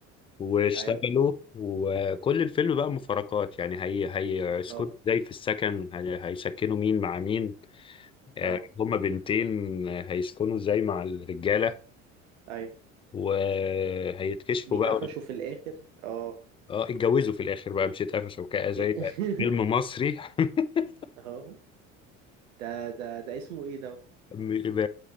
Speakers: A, on the left; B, on the right.
A: واشتغلوا
B: ايوه
A: وكل الفيلم بقى مفارقات يعني هي هي سكوت
B: اه
A: ازاي في السكن هي... هيسكنوا مين مع مين آه،
B: اه
A: هما بنتين آه، هيسكنوا ازاي مع الرجاله
B: ايوه
A: وهيتكشفوا
B: بيتقفشوا
A: بقى وال-
B: في الاخر اه
A: اه اتجوزوا في الاخر بقى مش اتقفشوا كده زي
B: ايه <laughs>
A: فيلم مصري <laughs>
B: اه ده ده ده اسمه ايه ده
A: م- ب-